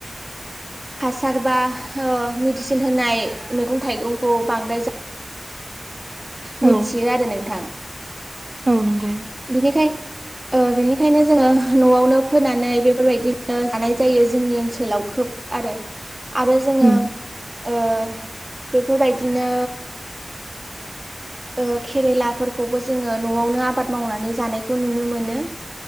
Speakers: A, on the right; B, on the right.
A: हासार बा मेडिसिन होनाय मैगं थाइगंखौ बांद्राय जा
B: औ
A: मिथियो आरो नोंथां
B: औ नंगौ
A: बिनिखाय ओ बिनिखायनो जोङो न'आवनो फोनानै बेफोरबायदिनो जानाय जायो जोंनि ओनसोलाव खोब आरो। आरो जोङो
B: उम
A: ओ बेफोरबायदिनो ओ केरेलाफोरखौबो जोङो न'आवनो आबाद मावनानै जानायखौ नुनो मोनो।